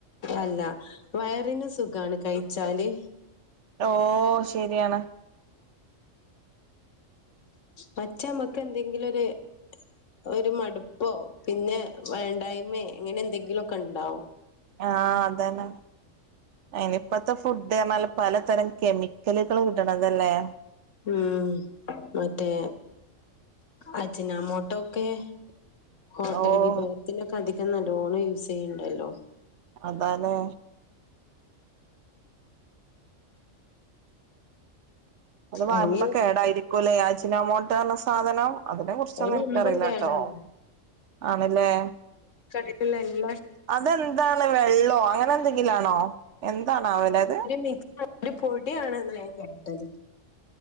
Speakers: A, on the left; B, on the right.
A: അല്ല വയറിന് സുഖാണ് കയ്ച്ചാല്
B: ഓഹ് ശെരിയാണ്
A: പറ്റ അമ്മക്ക് എന്തെങ്കിലോര് ഒര് മട്പ്പോ പിന്നെ വേണ്ടായ്മെ ഇങ്ങനെ എന്തെങ്കിലൊക്കണ്ടാവും
B: ആഹ് അതന്നെ അയ്നിപ്പത്ത ഫുഡ്ർഞ്ഞാല് പലതരം കെമിക്കല്കള് കൂട്ടണതല്ലേ
A: ഉം മറ്റേ അജ്നാമോട്ടോക്കെ ഹോട്ടൽ
B: ഓഹ്
A: വിഭവത്തിനൊക്ക അധികം നല്ലോണം യൂസ്സെയ്യ്ണ്ടല്ലോ
B: അതാലെ അത് വമ്പം
A: അയ്ന്
B: കേടായിരിക്കൂല്ലേ അജ്ന മോട്ടോ പറഞ്ഞ സാധനം അതിനെ കുറിച്ചൊന്നും
A: അത്
B: എനക്ക്റിയില്ല
A: വമ്പൻ കേടാണ്
B: ട്ടോ ആണല്ലേ
A: കടുള്ള എല്ലാം ചെയ്യ
B: അതെന്താണ് വെള്ളോ അങ്ങനെ എന്തെങ്കിലും ആണോ എന്താണാവോ ലെ അത്
A: മിക്സ ഒരു പൊടിയണെന്ന് ഞാൻ കേട്ടത്